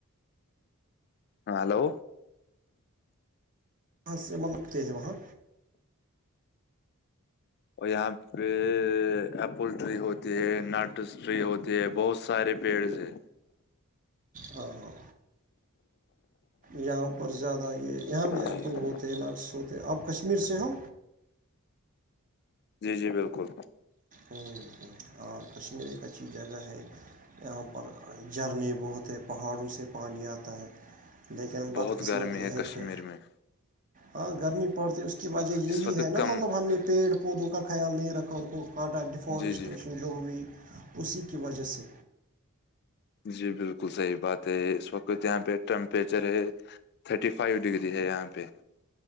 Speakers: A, on the left; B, on the right.
A: ہاں ہلو
B: ہاں م متے ہے وہاں
A: اور یہاں پہ ایپل ٹری ہوتی ہے نٹس ٹری ہوتی ہے بہت سارے پیڑ سے
B: ہاں یہاں پر زیادہ یہ یہاں بھی
A: جی
B: اپرو ہوتا ت لاکھ سوتےے آپ کشمیر سے ہو
A: جی جی بالکل
B: ہ ہاں کشمیر ایک اچھی جگہ ہے یہاں اور جھرنے بہت ہیں پہاڑوں سے پانی آتا ہے تا ہے لیکن بدقسمت
A: بہت گرمی
B: یہ ہے
A: کشمیر
B: کہ
A: میں
B: ہاں گرمی پڑتی ہے اس کی وجہ یہی
A: اس وقت
B: ہے نا
A: کم
B: مطلب ہم نے پیڑ پودوں کا خیال نہیں رکھا ان کو کاٹا ڈفارسٹریشن
A: جی جی
B: جو ہوئی اسی کی وجہ سے
A: جی بالکل صحیح بات ہے اس وقت یہاں پہ ٹیمپریچر ہے تھرٹی فائیو ڈگری ہے یہاں پہ